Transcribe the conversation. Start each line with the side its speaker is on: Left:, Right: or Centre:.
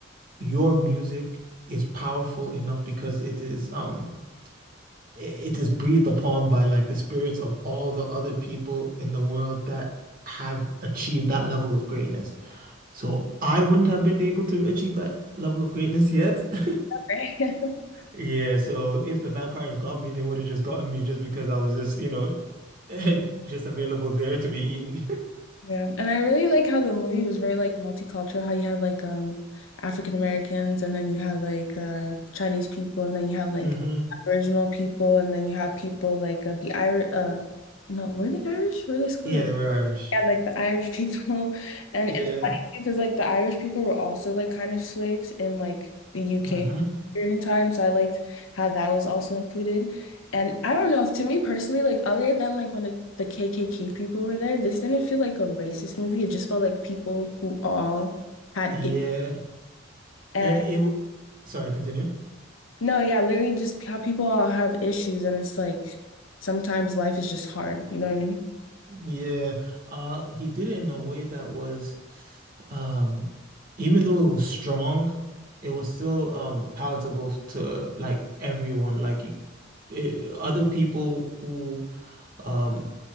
Right: your music is powerful enough because it is um i- it is breathed upon by like the spirits of all the other people in the world that have achieved that level of greatness. So I wouldn't have been able to achieve that level of greatness yet. <laughs>
Left: Right? <laughs>
Right: Yeah, so if the vampires got me, they would have just gotten me just because I was just, you know, <laughs> Just available there to be eaten.
Left: Yeah. And I really like how the movie was very like multicultural, how you had like um African Americans and then you had like uh Chinese people and then you had like
Right: <laughs> hmm
Left: Aboriginal people and then you had people like uh, the Irish uh no, were they Irish? Were they Scottish?
Right: Yeah, they were Irish.
Left: Yeah, like the Irish <laughs> people.
Right: Yeah.
Left: And it's funny too, because like the Irish people were also like kind of slaves in like the UK
Right: hmm
Left: period in time. So I liked how that was also included. And I don't know, to me personally, like other than like when it, the KKK people were there, this didn't feel like a racist movie. It just felt like people who all had
Right: Yeah.
Left: it. And
Right: Uh, it. w- Sorry, continue.
Left: no, yeah, literally just how people all have issues. And it's like sometimes life is just hard. You know what I mean?
Right: Yeah. Uh, he did it in a way that was, um, even though it was strong, it was still um palatable to like everyone. Like, y- it, other people who um